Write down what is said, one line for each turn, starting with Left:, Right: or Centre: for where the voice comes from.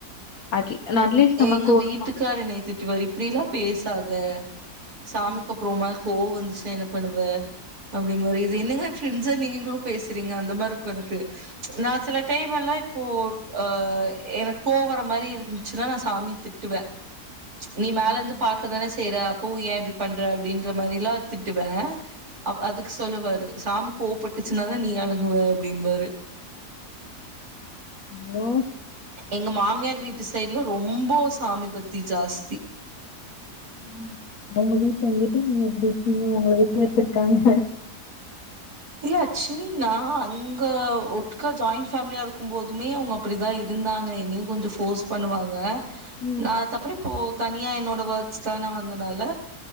Left: <unintelligible> நமக்கு
Right: எங்க
Left: ஒரு
Right: வீட்டுக்காரு
Left: மா
Right: என்னய திட்டுவாரு இப்டிலா பேசா த சாமிக்கு
Left: ம்.
Right: அப்றமா கோவோ வந்துச்சுன்னா என்ன பண்ணுவ அப்டின்னுவாரு இது என்னங்க தெரிஞ்சே நீங்களு பேசுறீங்க அந்த மாரி இருக்கு எனக்கு நா சில டைம்மெல்லா இப்போ ஆ எனக்கு கோவோ வர மாரி இருந் ச்சுனா நா சாமிய திட்டுவே நீ
Left: ம்.
Right: மேல இருந்து பாக்கதான செ செய்ற அப்பவு ஏன் இப்டி பண்ற அப்டின்ற மாரிலா திட்டுவே அ அதுக்கு சொல்லுவாரு ட்டு சாமிக்கு கோவப்பட்டுச்சுன்னாதா நீ அடங்குவ அப்டின்னுவாரு
Left: ஹலோ
Right: எங்க மாமியார் வீட்டு சைடுல ரொம்போ சாமி பத் க்தி ஜாஸ்தி
Left: ம் அவங்க வீட்ல வந்துட்டு நீங்க இப்டி இருக்கீங்க உங்கள விட்டு வெச்சிருக்காங்க
Right: இல்ல ஆக்சுவலி நா அங்க ஒட்கா ஜாயிண்ட் ஃபேமிலியாயிருக்கும் போதுமே அவங்க அப்டிதா இருந்தாங்க என்னயு கொஞ்சோ ஃபோர்ஸ் பண்ணுவாங்க
Left: ம்.
Right: நா அதுக்கப்புறோ இப்போ தனியா என்னோட ஒர்க்ஸ்க்காக நா வந்தனால